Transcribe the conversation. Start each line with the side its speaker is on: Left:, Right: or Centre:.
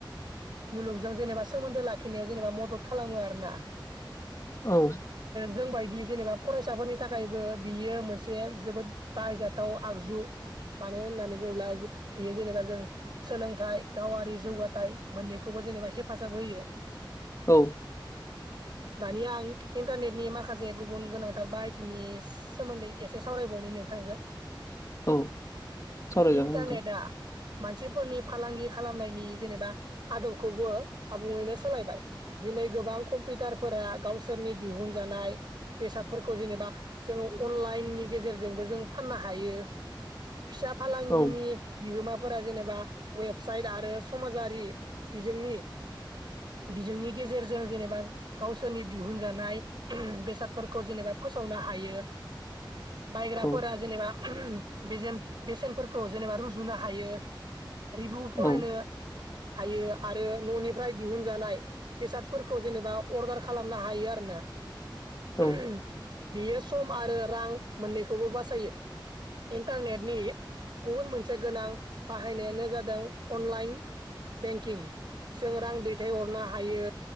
Right: मुलुग जों जेनेबा सोमोन्दो लाखिनायाव जेनेबा मदद खालामो आरोना।
Left: औ।
Right: जों बायदि जेनेबा फरायसाफोरनि थाखायबो बियो मोनसे जोबोद बाहायजाथाव आगजु- मानो होननानै बुङोब्ला बेयो जेनेबा जों सोलोंथाइ, गावारि जौगाथाय मोननैखौबो जेनेबा हेफाजाब होयो।
Left: औ।
Right: दानिया आं इन्टारनेटनि माखासे गुबुन गोनांथार बाहायथिनि सोमोन्दै एसे सावरायबावनि नोंथांजों।
Left: औ सावरायजागोन
Right: इन्टारनेटआ
Left: नोंथां।
Right: मानसिफोरनि फालांगि खालामनायनि जेनेबा आदबखौबो आबुङैनो सोलायबाय। दिनै गोबां कम्पिउटारफोरा गावसोरनि दिहुनजानाय बेसादफोरखौ जेनेबा जों अनलाइननि गेजेरजोंबो जों फाननो हायो। फिसा फालांगिनि
Left: औ
Right: बिगोमा फोरा जेनेबा वेबसाइट आरो समाजारि बिजोंनि बिजोंनि गेजेरजों जेनेबा गावसोरनि दिहुनजानाय बेसादफोरखौ जेनेबा फोसावनो हायो। बायग्राफोरा
Left: औ
Right: जेनेबा बेजेन बेसेनफोरखौ जेनेबा रुजुनो हायो। रिभिउ फरायनो
Left: औ
Right: हायो आरो न'नि ओमफ्राय दिहुनजानाय बेसादफोरखौ जेनेबा अर्डार खालामनो हायो आरो ना। बियो
Left: औ
Right: सम आरो रां मोननैखौबो बासायो। इन्टारनेटनि गुबुन मोनसे गोनां बाहायनायानो जादों अनलाइन। बेंकिं जों रां दैथायहरनो हायो,